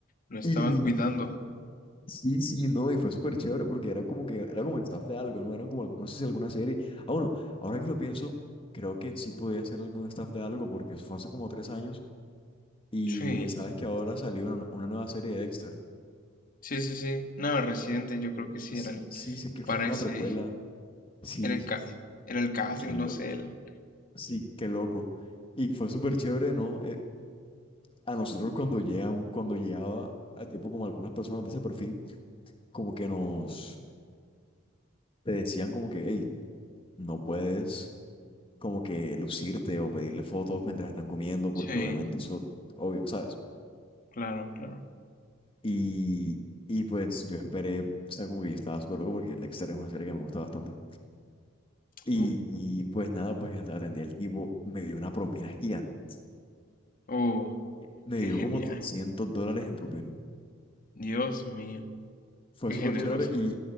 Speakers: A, on the left; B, on the left.
A: lo estaban
B: Y
A: cuidando.
B: sí, sí, no, y fue súper chévere porque era como que, era como staff de algo, ¿no? Eran como, no sé si alguna serie. Ah, bueno, ahora que lo pienso, creo que sí podía ser algún staff de algo porque eso fue hace como tres años y
A: Sí.
B: sabes que ahora salió una, una nueva serie de Dexter.
A: Sí, sí, sí. No, Residente yo creo que sí
B: S-
A: era el...
B: Sí, sí, que es
A: Para
B: como una
A: ese...
B: precuela. Sí,
A: Era el, ca- era el casting,
B: qué loco.
A: no sé. El...
B: Sí, qué loco. Y fue súper chévere, ¿no? Eh, a nosotros cuando llega, un- cuando llegaba a tipo como algunas personas de ese perfil, como que nos te decían como que, hey, no puedes como que lucirte o pedirle fotos mientras están comiendo,
A: Sí.
B: porque obviamente eso, obvio, ¿sabes?
A: Claro, claro.
B: Y, y pues yo esperé, o sea, como que yo estaba súper loco porque Dexter es una serie que me gusta bastante. Y,
A: Oh.
B: y pues nada, pues atendí al tipo, me dio una propina gigante.
A: oh,
B: Me
A: qué
B: dio
A: genial.
B: como 300 dólares en propina.
A: Dios mío.
B: Fue
A: Qué
B: súper
A: generoso.
B: chévere y